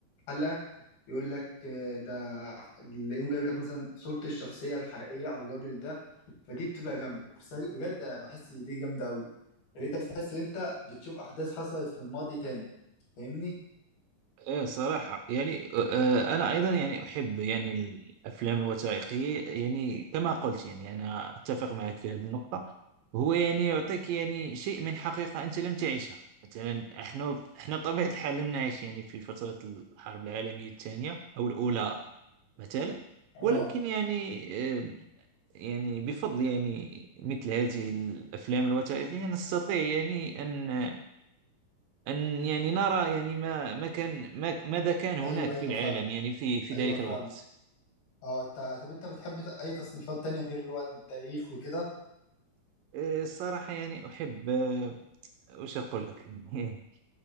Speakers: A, on the left; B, on the right.
A: حلقه يقول لك آه، ده يقوم جايب لك مثلا صورة الشخصية الحقيقية أو الراجل ده فدي بتبقى جامدة بس أنا بجد بحس إن دي جامدة أوي يعني أنت بتحس إن أنت بتشوف أحداث حصلت في الماضي تاني فاهمني؟
B: ايه صراحة يعني آه انا ايضا يعني احب يعني الافلام الوثائقية يعني كما قلت يعني انا اتفق معك في هذه النقطة هو يعني يعطيك يعني شيء من حقيقة انت لم تعيشها مثلا احنا احنا بطبيعة الحال لم نعيش يعني في فترة الحرب العالمية الثانية او الاولى مثلا
A: اه
B: ولكن يعني آه، يعني بفضل يعني مثل هذه الافلام الوثائقيه نستطيع يعني ان ان يعني نرى يعني ما ما كان ما ماذا كان هناك
A: ايوه ايوه
B: في العالم
A: فاهم
B: يعني في في
A: ايوه
B: ذلك
A: فاهم
B: الوقت
A: اه انت طب انت بتحب ت- اي تصنيفات تانية غير اللي هو التاريخ وكده
B: آه، الصراحه يعني احب آه، وش اقول لك <laughs>